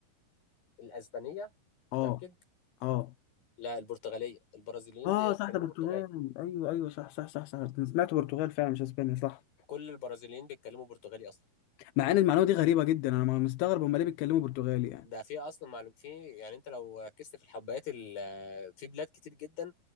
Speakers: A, on the left; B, on the left.
A: الاسبانيه
B: أه
A: متاكد
B: أه
A: لا البرتغاليه البرازيليين
B: اه
A: بيتكلموا
B: صح ده برتغال
A: برتغالي
B: ايوه ايوه صح صح صح صح أنا سمعت برتغال فعلا مش اسبانيا صح
A: كل البرازيليين بيتكلموا برتغالي اصلا
B: مع ان المعلومه دي غريبه جدا انا ما مستغرب هم ليه بيتكلموا برتغالي
A: ده في اصلا معلوم في يعني انت لو ركزت في الحبايات ال- في بلاد كتير جدا